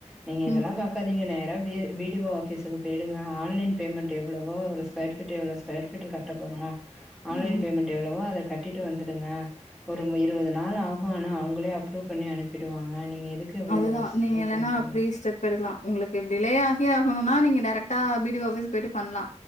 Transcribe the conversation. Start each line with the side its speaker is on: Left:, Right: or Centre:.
Centre: நீங்க இதெல்லா
Left: ம்
Centre: பாக்காதீங்க நேரா வி ஓ ஆபிஸுக்கு போயிடுங்க ஆன்லைன் பேமெண்ட் எவ்வளவோ ஒரு ஸ்கொயர் ஃபீட்டு எவ்வளோ ஸ்கொயர் ஃபீட்டு கட்ட போறோ ஆன்லைன்
Left: ம்
Centre: பேமெண்ட் எவ்ளவோ அத கட்டி கட்டிட்டு வந்துடுங்க ஒரு இருபது நாள் ஆகு ஆனா அவுங்களே அப்ரூவ் பண்ணி அனுப்பிடுவாங்க நீங்க எதுக்கு இவ்ளோ
Left: அதுதா
Centre: செலவு
Left: நீங்க இல்லன்னா
Centre: பண்றீங்க
Left: அப்டி ஸ்டெப் எடுக்லா உங்களுக்கு டிலே ஆகே ஆகணும்னா நீங்க டைரெக்டா பி டி ஓ ஆபிஸ் போயிட்டு பண்லா